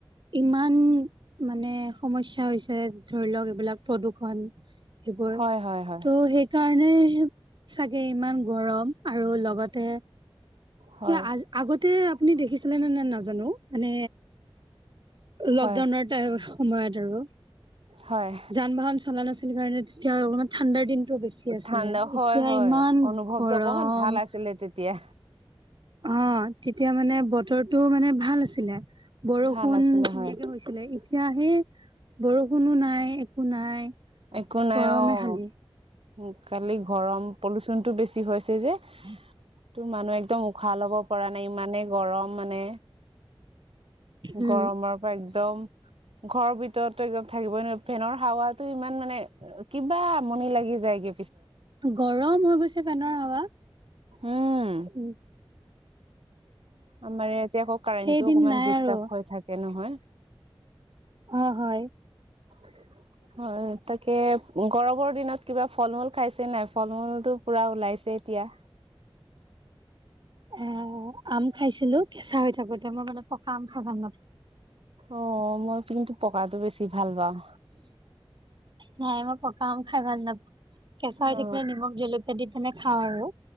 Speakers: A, on the right (about 55°); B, on the right (about 85°).
A: ইমান মানে সমস্যা হৈছে ধৰি লওক এইবিলাক প্ৰদূষণ। সেইবোৰ ত'
B: হয় হয় হয়
A: সেই কাৰণে চাগে ইমান গৰম আৰু লগতে
B: হয়
A: কিয় আজি আগতে আপুনি দেখিছিলে নে নাই নাজানো মানে লকডাউনৰ
B: হয়
A: সময়ত আৰু
B: হয়
A: যান-বাহন চলা নাছিল। সেই কাৰণে যেতিয়া অলপমান ঠাণ্ডাৰ দিন টো বেছি আছিলে
B: ঠাণ্ডা হয়
A: এতিয়া
B: হয়
A: ইমান
B: অনুভৱটো
A: গৰম।
B: অকমান ভাল আছিলে তেতিয়া
A: অ'। তেতিয়া মানে বতৰটো মানে ভাল আছিলে, বৰষুণ
B: ভাল আছিলে
A: ধুনীয়াকে
B: হয়
A: হৈছিলে কি এতিয়া হেই বৰষুণো নাই একো নাই
B: একো নাই
A: গৰমে
B: অ'
A: খালি
B: কালি গৰম পলুচনটো বেছি হৈছে যে।
A: <inaudible>
B: টো মানুহে একদম উশাহ লব পৰা নাই, ইমানে গৰম মানে
A: উম
B: গৰমৰ পৰা একদম ঘৰৰ ভিতৰতো একদম থাকিবই নোৱাৰি ফেনৰ হাৱাতো ইমান মানে কিবা আমনি লাগি যায়গৈ।
A: গৰম হৈ গৈছে, ফেনৰ হাৱা।
B: উম
A: উম'।
B: আমাৰ ইয়াতে আকৌ কাৰেণ্টো
A: সেইদিন
B: অকমান
A: নাই
B: ডিষ্টাৰ্ব
A: আৰু
B: হৈ থাকে নহয়।
A: অ' হয়।
B: <inaudible> হয়, তাকে গৰমৰ দিনত কিবা ফল-মূল খাইছে নাই ফল-মূলটো পুৰা ওলাইছে। তেতিয়া
A: এ আম খাইছিলো, কেঁচা হৈ থাকোতে মই মানে পকা আম খাই ভাল নাপাওঁ।
B: অ'মই কিন্তু পকাটো বেছি ভাল পাওঁ।
A: নাই মই পকা আম খাই ভাল নাপাওঁ। কেঁচা হৈ
B: অ
A: থাকিলে নিমখ জলকীয়া দি পিনে খাওঁ আৰু।